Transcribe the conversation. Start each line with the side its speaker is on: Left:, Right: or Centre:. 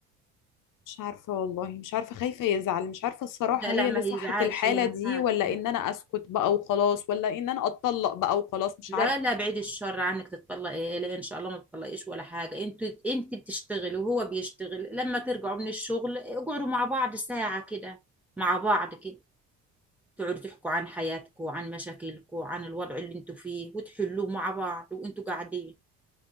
Left: مش عارفة والله مش عارفة خايفة يزعل مش عارفة الصراحة
Centre: لا لا
Left: هي
Centre: ما
Left: اللي
Centre: هيزعلش
Left: صح في الحالة
Centre: ولا
Left: دي
Centre: حاجه
Left: ولا
Centre: لا
Left: ان انا اسكت بقى وخلاص ولا ان انا اتطلق بقى وخلاص مش
Centre: لا
Left: عارفة
Centre: لا، بعيد الشر عنك تتطلقي لا ان شاء الله ما تتطلقيش ولا حاجه انت انت بتشتغلي وهو بيشتغل لما ترجعوا من الشغل اقعدوا مع بعض ساعه كده مع بعض كده تقعدوا تحكوا عن حياتكم عن مشاكلكم عن الوضع اللي انتوا فيه وتحلوه مع بعض وانتوا قاعدين